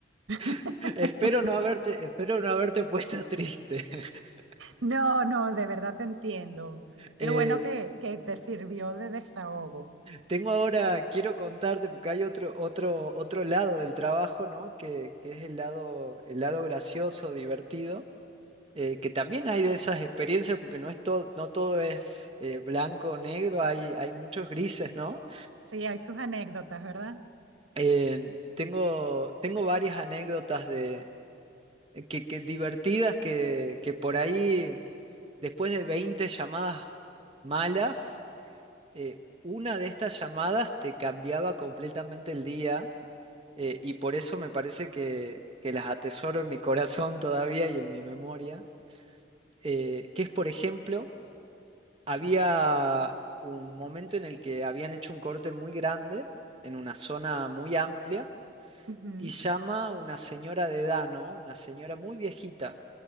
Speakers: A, on the right; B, on the right.
A: <laughs>
B: <laughs> espero no haberte, espero no haberte puesto triste. <laughs>
A: No, no, de verdad te entiendo.
B: Eh,
A: Qué bueno que, que te sirvió de desahogo.
B: tengo ahora, quiero contarte, porque hay otro, otro, otro lado del trabajo, ¿no? Que, que es el lado, el lado gracioso, divertido. eh, que también hay de esas experiencias, porque no es todo, no todo es eh, blanco o negro, hay, hay muchos grises, ¿no?
A: Sí, hay sus anécdotas, ¿verdad?
B: Eh, tengo, tengo varias anécdotas de, eh, que, que divertidas que, que por ahí, después de 20 llamadas malas, eh, una de estas llamadas te cambiaba completamente el día. eh, y por eso me parece que, que las atesoro en mi corazón todavía y en mi memoria, eh, que es, por ejemplo, había un momento en el que habían hecho un corte muy grande en una zona muy amplia
A: Ujú,
B: y llama una señora de edad, ¿no? Una señora muy viejita,